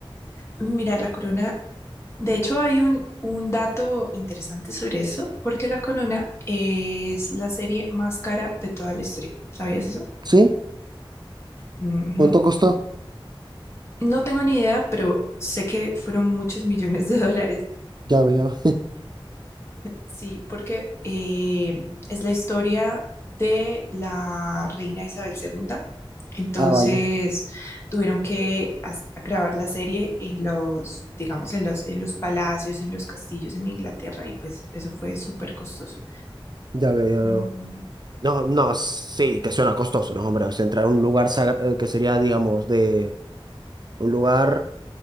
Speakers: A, on the left; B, on the right.
A: Mira, La Corona, de hecho hay un, un dato interesante sobre eso, porque La Corona es la serie más cara de toda la historia. ¿Sabías eso?
B: ¿Sí?
A: Ujú.
B: ¿Cuánto costó?
A: No tengo ni idea, pero sé que fueron muchos millones de dólares.
B: Ya veo.
A: Sí, porque eh, es la historia de la reina Isabel segunda, Entonces
B: <laughs> Ah, vaya.
A: tuvieron que as- grabar la serie en los, digamos, en los, en los palacios, en los castillos en Inglaterra y pues eso fue súper costoso.
B: Ya veo, ya veo.
A: Mm,
B: No, no, sí, que suena costoso, ¿no, hombre? O sea, entrar a un lugar sagra- eh, que sería, digamos, de un lugar